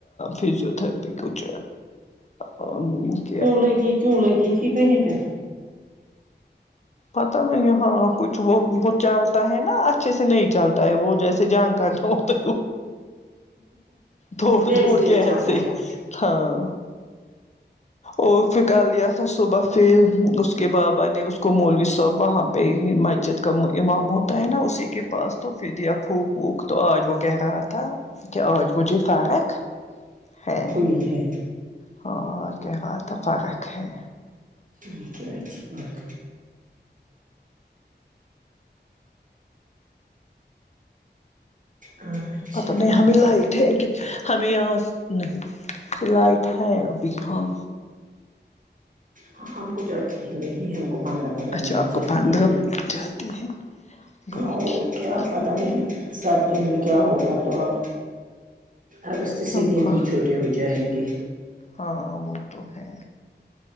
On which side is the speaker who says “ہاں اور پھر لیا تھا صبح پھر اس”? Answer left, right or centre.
Left